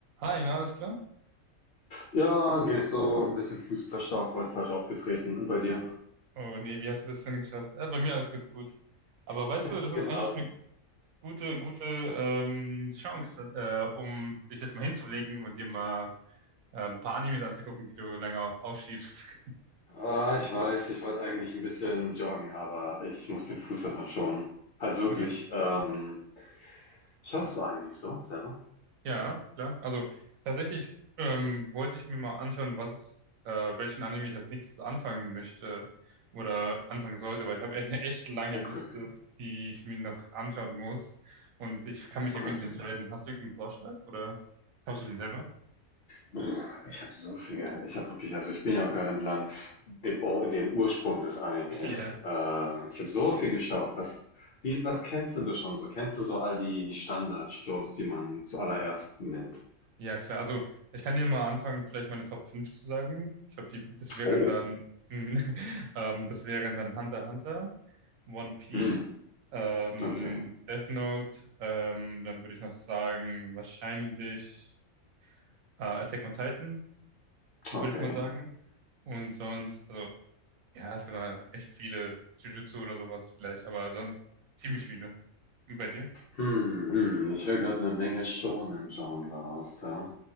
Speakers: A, on the right (about 80°); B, on the left (about 65°).
A: Hi, na, alles klar?
B: Ja, geht so. Ein bisschen fußverstaucht, heute falsch aufgetreten. Und bei dir?
A: Oh nee, wie hast du das denn geschafft? Äh, bei mir alles gut, gut. Aber weißt
B: <laughs>
A: du, das ist
B: Gelaufen.
A: eigentlich eine gute, gute ähm, Chance, äh, um dich jetzt mal hinzulegen und dir mal äh, ein paar Animes anzugucken, die du länger aufschiebst.
B: Ah, ich weiß, ich wollte eigentlich ein bisschen joggen, aber ich muss den Fuß erstmal schonen. Halt wirklich.
A: <laughs>
B: Ähm, schaust du Animes so selber?
A: Ja, klar. Also tatsächlich ähm, wollte ich mir mal anschauen, was es, äh, welchen Anime ich als nächstes anfangen möchte oder anfangen sollte, weil ich habe eine echt lange
B: Okay,
A: Liste, die ich mir noch anschauen muss und ich kann
B: okay.
A: mich irgendwie nicht entscheiden. Hast du irgendeinen Vorschlag oder schaust du den selber?
B: Brr, Ich habe so viel, Ich habe wirklich, also ich bin ja auch gerade im Land, dem, Ur- dem Ursprung des Animes.
A: <laughs> Ja.
B: Äh, ich habe so viel geschaut. Was, wie, was kennst denn du schon so? Kennst du so all die, die Standard-Shows, die man zuallererst nennt?
A: Ja, klar. Also ich kann dir mal anfangen, vielleicht meine Top 5 zu sagen. Ich glaube, die, das wären
B: Oh.
A: dann, <laughs> ähm, das wären dann Hunter x Hunter, One Piece,
B: Hm,
A: ähm,
B: okay,
A: Death Note, ähm, dann würde ich noch sagen, wahrscheinlich äh, Attack on Titan, würde
B: okay.
A: ich mal sagen. Und sonst, also, ja, es gibt da echt viele, Jujutsu oder sowas vielleicht, aber sonst ziemlich viele. Und bei dir?
B: Hm, hm, ich höre gerade eine Menge Shōnen-Genre raus da.